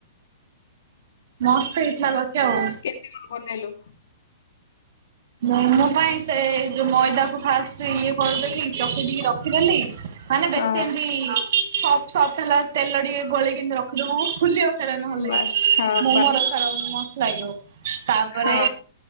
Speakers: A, on the right (about 55°); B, on the left (about 65°).
A: ମସ୍ତ ହେଇଥିଲା ବାକି ଆଉ।
B: କେମିତି କଣ ବନେଇଲୁ?
A: ମୋ ମା ପାଇଁ ସେ ଯୋଉ ମଇଦାକୁ ଫାଷ୍ଟ ସେ ଇଏ କରିଦେଲି ଚକୁଟି କି ରଖିଦେଲି ମାନେ ବେଶୀ
B: ହଁ।
A: ଏମତି ସଫ ସଫଟ ହେଲା। ତେଲ ଟିକେ ଗୋଳେଇକି ରଖିଦବୁ ଫୁଲିବ ସେଇଟା ନହେଲେ
B: ବାସ୍ ହଁ
A: ମୋମୋର
B: ବାସ୍
A: ସାରମସ୍ତ ଲାଗିବ। ତାପରେ
B: ହଁ